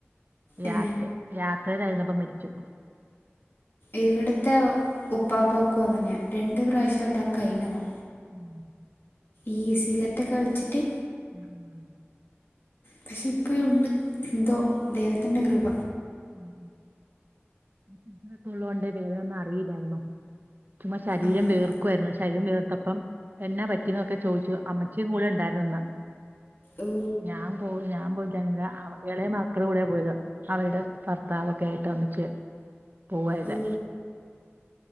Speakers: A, on the left (about 55°); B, on the right (about 45°).
A: ഏ
B: യാത്രി യാത്രേലായിര്ന്നപ്പം മരിച്ചു
A: ഇവിട്ത്തെ ഉപ്പാപ്പാക്കും അങ്ങന്യാ രണ്ട് പ്രാവശ്യം അ റ്റാക്ക് കഴിഞ്ഞതാ
B: ഉം
A: ഈ സിഗരറ്റെക്കെ വലിച്ചിറ്റ്
B: ആഹ് ആഹ്
A: പക്ഷെ ഇപ്പഴൂണ്ട് എന്തോ ദൈവത്തിന്റെ കൃപ
B: ഉം ഉം ഷുഗറൊക്കെ ഉള്ളോണ്ടെയ് വേദനെന്നും അറിയില്ലായിര്ന്നു ചുമ്മ ശരീരം
A: അങ്ങനെ
B: വിയർ ക്കുവാര്ന്നു ശരീരം വിയർത്തപ്പം എന്നാ പറ്റി എന്നൊക്കെ ചോദിച്ചു അമ്മച്ചീ കൂടെ ഇണ്ടാര്ന്നുന്ന്
A: ഓ
B: ഞാം പോ ഞാം പോയിട്ടൊന്നുല്ല ഇവടെ എളേ മക്കളൂടെ പോയത് അവൾടെ ഭർത്താവൊക്കായ്ട്ട് ഒന്നിച്ച് പോവാ ചെയ്തെ
A: ഓ